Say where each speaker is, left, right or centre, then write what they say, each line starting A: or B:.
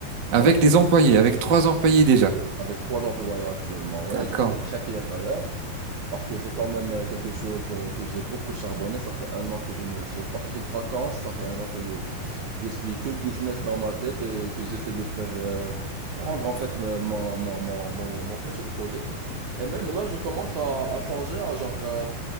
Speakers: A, on the right (about 65°); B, on the right (about 45°).
A: ouais,
B: avec des employés, avec trois employés déjà.
A: avec trois employés actuellement, ouais,
B: D'accord.
A: j'en suis très fier d'ailleurs. Parce que c'est quand même euh, quelque chose euh, que j'ai beaucoup charbonné. Ça fait un an que je me, j'ai pas pris de vacances. Ça fait un an que je suis que business dans ma tête et que j'essaie de faire euh, prendre en fait me- mon, mon, mon, mon, mon petit projet. Et même là, je commence à, à songer à genre, euh,